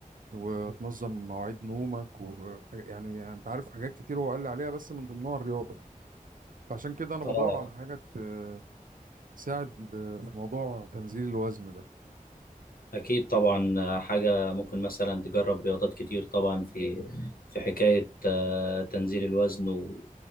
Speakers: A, on the right (about 65°); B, on the left (about 85°).
A: وتنظم مواعيد نومك و... يعني يعني انت عارف حاجات كتير هو قال لي عليها بس من ضمنها الرياضة فعشان كده انا
B: اه
A: بدور على حاجة ت- تساعد في موضوع تنزيل الوزن ده
B: اكيد طبعا آه، حاجه ممكن مثلا تجرب رياضات كتير طبعا في في حكايه آه، تنزيل الوزن و...